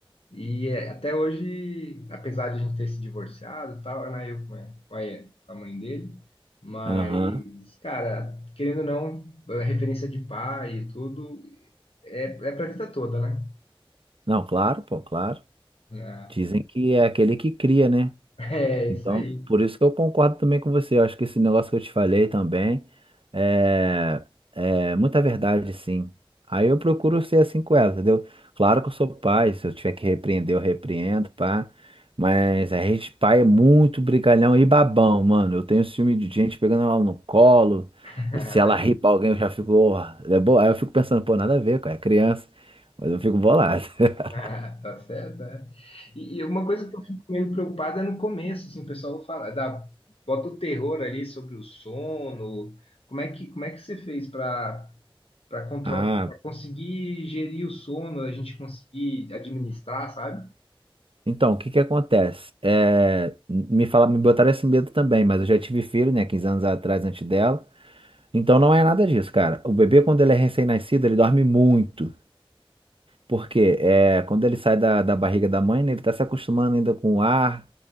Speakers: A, on the left; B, on the right.
A: E é, até hoje, apesar de a gente ter se divorciado e tal, era eu com a, com a- com a mãe dele, mas,
B: Aham.
A: cara, querendo ou não, a referência de pai e tudo é, é pra vida toda, né?
B: Não, claro, pô, claro.
A: É,
B: Dizem que é aquele que cria, né?
A: <laughs> é
B: Então,
A: isso aí.
B: por isso que eu concordo também com você. Eu acho que esse negócio que eu te falei também é, é muita verdade, sim. Aí eu procuro ser assim com ela, entendeu? Claro que eu sou pai, se eu tiver que repreender, eu repreendo, pá. Mas a gente, pai, é muito brigalhão e babão, mano. Eu tenho ciúme de gente pegando ela no colo.
A: <laughs>
B: E se
A: Imagina.
B: ela rir pra alguém, eu já fico, "Ó, é boa. Aí eu fico pensando, pô, nada a ver, cara, é criança. Mas eu fico bolado. <laughs>
A: Ah, Tá certo, é. E, e uma coisa que eu fico meio preocupado é no começo, assim, o pessoal fala, dá, bota o terror ali sobre o sono. Como é que, como é que você fez para para contro...
B: Ah,
A: para conseguir gerir o sono, a gente conseguir administrar, sabe?
B: Então, o que que acontece? É, me fala, me botaram esse medo também, mas eu já tive filho, né, Quinze anos atrás, antes dela. Então não é nada disso, cara. O bebê, quando ele é recém-nascido, ele dorme muito. Porque é, quando ele sai da, da barriga da mãe, né, ele está se acostumando ainda com o ar,